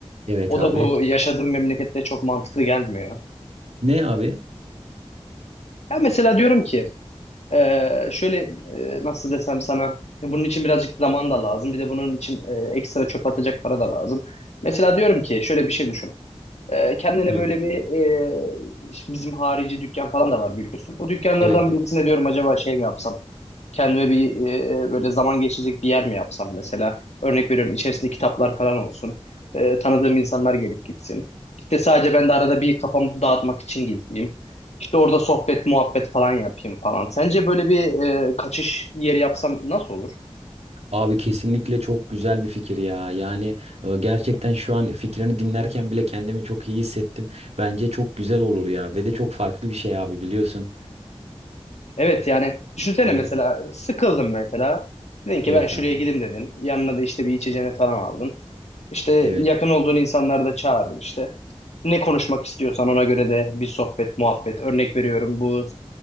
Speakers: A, on the right (about 75°); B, on the left (about 80°).
A: Evet
B: o
A: abi.
B: da bu yaşadığım memlekette çok mantıklı gelmiyor.
A: Ne abi?
B: Ya mesela diyorum ki Ee, şöyle e, nasıl desem sana bunun için birazcık zaman da lazım. Bir de bunun için e, ekstra çöp atacak para da lazım. Mesela diyorum ki şöyle bir şey düşün. Ee, kendine
A: Evet
B: böyle
A: abi.
B: bir e, işte bizim harici dükkan falan da var biliyorsun. O dükkanlardan
A: Evet
B: birisine diyorum acaba şey mi yapsam? Kendime bir e, böyle zaman geçirecek bir yer mi yapsam mesela? Örnek veriyorum içerisinde kitaplar falan olsun. E, tanıdığım insanlar gelip gitsin. İşte sadece ben de arada bir kafamı dağıtmak için gideyim. İşte orada sohbet, muhabbet falan yapayım falan. Sence böyle bir e, kaçış yeri yapsam nasıl olur?
A: Abi kesinlikle çok güzel bir fikir ya. Yani e, gerçekten şu an fikrini dinlerken bile kendimi çok iyi hissettim. Bence çok güzel olur ya ve de çok farklı bir şey abi biliyorsun.
B: Evet yani düşünsene
A: Evet,
B: mesela sıkıldım mesela. Dedin ki
A: evet
B: ben şuraya
A: abi.
B: gideyim dedin. Yanına da işte bir içeceğini falan aldın. İşte
A: Evet,
B: yakın olduğun insanları da çağırdın işte. Ne konuşmak istiyorsan ona göre de bir sohbet, muhabbet. Örnek veriyorum bu